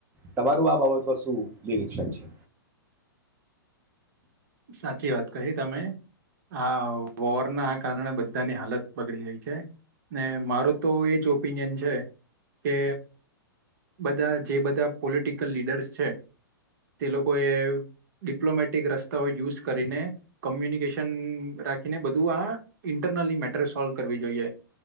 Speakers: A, on the right (about 15°); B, on the right (about 60°).
A: તમારું આ બાબતમાં શું નિરીક્ષક છે.
B: સાચી વાત કહી તમે આ વોરના કારણે બધાની હાલત બગડી રહી છે ને મારો તો એજ ઓપિનિયન છે કે બધા જે બધા પોલિટિકલ લીડર્સ છે તે લોકો એ ડિપ્લોમેટિક રસ્તા યુઝ કરીને કોમ્યુનિકેશન રાખીને બધું આ ઇન્ટરનલી મેટર સોલ્વ કરવી જોઈએ